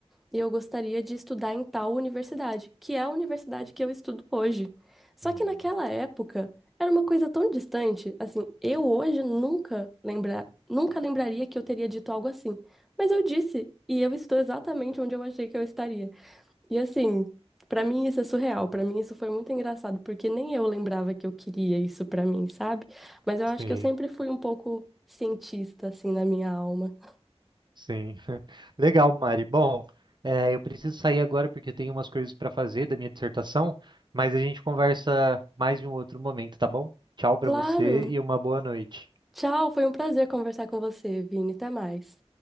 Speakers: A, in the centre; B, on the right (about 45°).
A: e eu gostaria de estudar em tal universidade, que é a universidade que eu estudo hoje. Só
B: uhum.
A: que naquela época era uma coisa tão distante, assim, eu hoje nunca lembra, nunca lembraria que eu teria dito algo assim. Mas eu disse, e eu estou exatamente onde eu achei que eu estaria. E assim, pra mim isso é surreal, pra mim isso foi muito engraçado, porque nem eu lembrava que eu queria isso pra mim, sabe? Mas eu acho
B: Sim.
A: que eu sempre fui um pouco cientista assim na minha alma.
B: Sim. <laughs> Legal, Mari. Bom, eh, eu preciso sair agora porque eu tenho umas coisas para fazer da minha dissertação, mas a gente conversa mais em um outro momento, tá bom? Tchau para
A: Claro.
B: você e uma boa noite.
A: Tchau, foi um prazer conversar com você, Vini. Até mais.